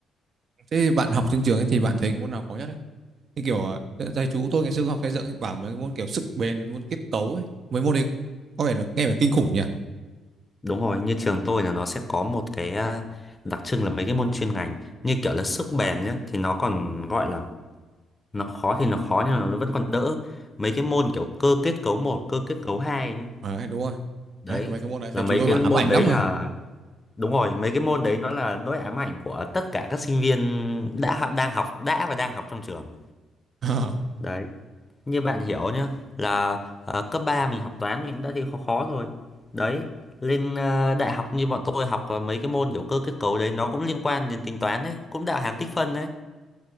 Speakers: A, on the right; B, on the left.
A: thế bạn học trên trường ấy thì bạn thấy cái môn nào khó nhất ấy thì kiểu ờ, thầy chú tôi ngày xưa học xây dựng ấy, bảo mấy cái môn kiểu sức bền mấy môn kết cấu ấy mấy môn đấy có vẻ là nghe phải kinh khủng nhỉ
B: Đúng rồi, như trường tôi là nó sẽ có một cái à, đặc trưng là mấy cái môn chuyên ngành như kiểu là sức bền nhá thì nó còn gọi là nó khó thì nó khó nhưng mà nó vẫn còn đỡ mấy cái môn kiểu cơ kết cấu một cơ kết cấu hai nhá
A: đấy đúng rồi
B: đấy
A: đấy cái mấy cái môn đấy thầy
B: là mấy
A: chú tôi
B: cái
A: bảo
B: môn
A: ám ảnh
B: đấy
A: lắm mà
B: là đúng rồi mấy cái môn đấy nó là nỗi ám ảnh của tất cả các sinh viên đã đang học đã và đang học trong trường
A: <laughs>
B: đấy như bạn hiểu nhá là ờ, cấp 3 mình học toán mình cũng đã thi khó khó rồi đấy lên ờ, đại học như bọn tôi học ờ, mấy cái môn kiểu cơ kết cấu đấy nó cũng liên quan đến tính toán đấy cũng đạo hàm tích phân đấy